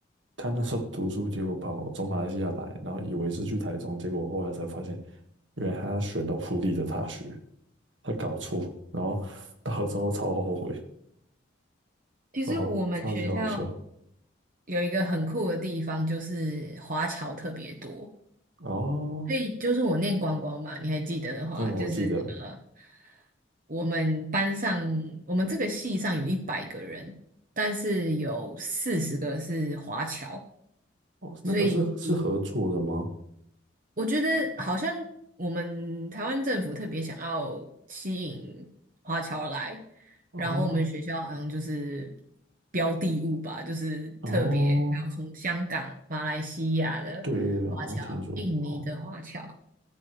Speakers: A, on the right (about 75°); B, on the right (about 45°).
A: 他那时候读书，结果跑从马来西亚来，然后以为是去台中，结果后来才发现，原来他选到普利的大学，他搞错，然后到了之后超后悔。
B: <laughs> 其实我们学校
A: 超好，超级好笑
B: 有一个很酷的地方，就是华侨特别多。
A: 哦。
B: 所以就是我念光光嘛，你还记得的话，
A: 嗯，我记得
B: 就是呃，我们班上我们这个系上有一百个人，但是有四十个是华侨。
A: 哦，那个是是合作的吗？
B: 所以比我觉得好像我们台湾政府特别想要吸引华侨来，
A: 哦
B: 然后我们学校好像就是标的物吧，就是特别还有从香港、
A: 哦，
B: 马来西亚的华侨、
A: 对对对，好像听说哦
B: 印尼的华侨，